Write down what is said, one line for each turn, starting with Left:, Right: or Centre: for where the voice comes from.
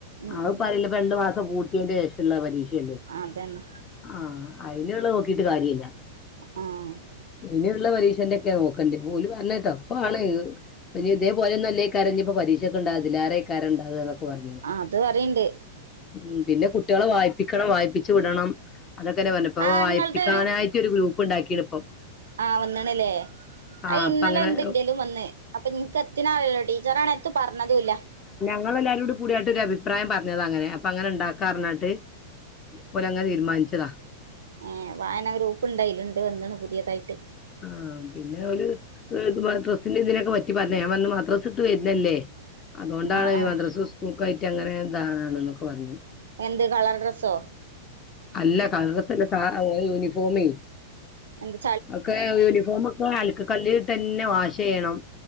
Right: ഉം
Left: ആഹ്പ്പറീല്ല
Right: ഉം
Left: ആഹ്പ്പ രണ്ട് മാസം പൂട്ട ന്റേശള്ള പരീക്ഷയല്ലേ
Right: അതന്നെ
Left: ആഹ് അയ്‌ന്ള്ളെ നോക്കീട്ട് കാര്യല്ല
Right: ആ
Left: ഇനി ഉള്ള പരീക്ഷന്റെ ഒക്കെ നോകണ്ട്യെ ഓല് പറഞ്ഞെട്ടോ? ഇപ്പോആള് ഇഞ് ഇതേപോലെ ഒന്നു അല്ലെയ്ക്കാരം ഇഞ്പ്പ പരീക്ഷക്ക് ണ്ടാവാ ഇതിലേറയ ക്കാരം ഇണ്ടവന്നൊക്കെ പറ്ഞീനി
Right: ആ അത് പറയണ്ട്
Left: ഉം പിന്നെ കുട്ട്യേളെ വായ്പിക്കണം വായ്പ്പിച്ച് വിടണം അതൊക്കന്നെ പറഞ് ഇപ്പ
Right: ആ
Left: വ വായിപ്പിക്കാനായിട്ട്
Right: ഇങ്ങളത്
Left: ഒരു ഗ്രൂപ്പ് ഇണ്ടാകീണ് ഇപ്പം
Right: ആഹ് വന്ന്ണ് ലേ
Left: ആഹ്
Right: അയ് ഇന്നലെ
Left: അപ്പങ്ങനെ
Right: ഇണ്ട് ഇന്റേലും വന്ന്. അപ്പം ഇൻക്ക് എത്ത്നാറിലല്ലൊ ടീച്ചറണേ എത്തും പറ്ഞ്ഞതൂല്ല
Left: ഇങ്ങളല്ലാരുകൂട് കൂടിയാണ്ട് ഒരഭിപ്രായം പറ്ഞ്ഞതാ അങ്ങനെ അപ്പ അങ്ങൻണ്ടാ കർണാട്ട് ഓലങ്ങനെ തീര്മാൻച്ചതാ
Right: ഏഹ് വായന ഗ്രൂപ്പ് ഇണ്ട് അയില്ണ്ട് വന്ന്ണ് പുതിയതായിട്ട്
Left: ആഹ പിന്നെ ഒര് ഹ് ത് മദ്രസ്സിനിം തിനിംക്കെ പറ്റി പറഞ് ഞാപറഞ് മാദ്രസ്ട്ട് വർനല്ലേ <unintelligible> അതോണ്ടാണ്
Right: ആഹ്
Left: ഇ
Right: ആഹ്
Left: മദ്രസൂസ്കൂൾക്കായിട്റ്റങ്ങനെ ഇതാണ്ന്നൊക്കെ പറഞ്ഞു
Right: എന്ത്‌ കളർ ഡ്രസ്സോ
Left: അല്ല കളഡ്രസ്സ്‌ അല്ല സാ ഓളെ യൂണിഫോമെ-
Right: എന്ത്‌
Left: ഒക്കെ യൂണിഫോമക്കെ അൽക്ക്കല്ലിട്ട് തന്നെ വാഷയ്യണം